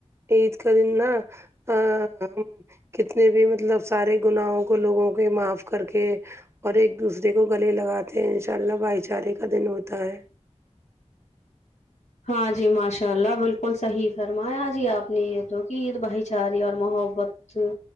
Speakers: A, on the right; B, on the left.
A: عید کا دن نا آآ ام کتنے بھی مطلب سارے گناہوں کو لوگوں کے معاف کر کے اور ایک دوسرے کو گلے لگاتے ہیں ان شاء اللہ بھائی چارے کا دن ہوتا ہے
B: ہاں جی ماشاء اللہ بالکل صحیح فرمایا جی آپ نے یہ تو کہ عید بھائی چاری اور محبت کسی